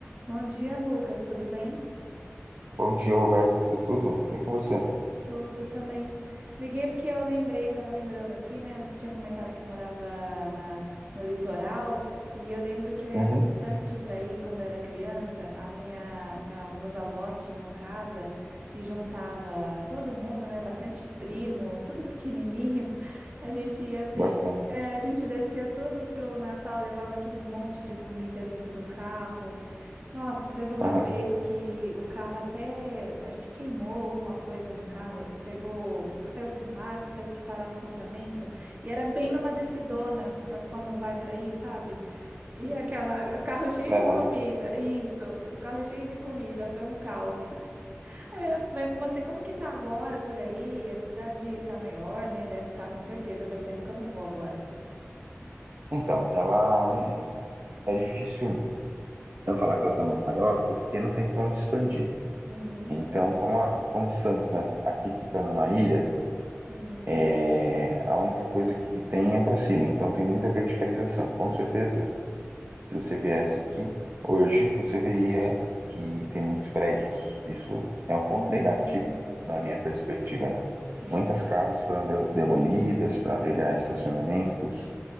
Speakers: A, on the right; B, on the right.
A: Bom dia, Lucas. Tudo bem?
B: Bom dia, Roberta. Tudo? E com você?
A: Tudo também. Liguei porque eu lembrei, estava lembrando aqui, né? Você tinha comentado que morava na, no litoral e eu lembro que eu ia
B: Uhum,
A: bastante para ir quando eu era criança. A minha, minha- meus avós tinham casa e juntava todo mundo, né? Bastante primo, tudo pequenininho. <laughs> A gente ia, pri-
B: bacana.
A: é, a gente descia tudo pro Natal, levava aquele monte de comida dentro do carro. Nossa, teve uma
B: Aham.
A: vez que o carro até, acho que queimou alguma coisa no carro, pegou, saiu fumaça, teve que parar no acostamento, e era bem numa descidona para quando vai para aí, sabe? E aquela,
B: Sim, sei.
A: o carro
B: A
A: <laughs> cheio
B: serra,
A: de comida,
B: né?
A: isso, o carro cheio de comida, foi um caos. <laughs> É, vai com você, como que tá agora por aí? A cidade tá maior, né? Deve estar com certeza, faz tempo que eu não vou agora.
B: Então, ela hum, é difícil eu falar que ela tá maior porque não tem pra onde expandir.
A: Uhum,
B: Então, como, a, como Santos, né? Aqui tá numa ilha,
A: uhum.
B: é, a única coisa que tem é pra cima. Então, tem muita verticalização. Com certeza, se você viesse aqui hoje, você veria que tem muitos prédios. Isso é um ponto
A: Hum,
B: negativo na minha perspectiva, né?
A: sim.
B: Muitas casas foram demolidas para abrigar estacionamentos,